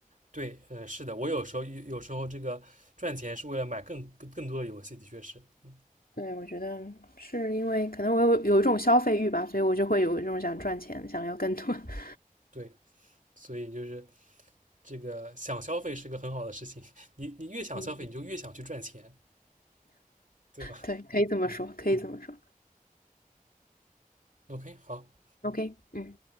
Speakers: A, on the right; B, on the left.
A: 对，嗯，是的，我有时候有有时候这个赚钱是为了买更更更多的游戏，的确是，嗯
B: 对，我觉得是因为可能我有有一种消费欲吧，所以我就会有一种想赚钱，想要更多。<laughs>
A: 对，所以就是这个想消费是个很好的事情，<laughs> 你你越想消费，
B: 嗯。
A: 你就越想去赚钱，对吧？
B: 对，可以这么说，
A: 嗯
B: 可以这么说。
A: ，OK，好。
B: OK，嗯。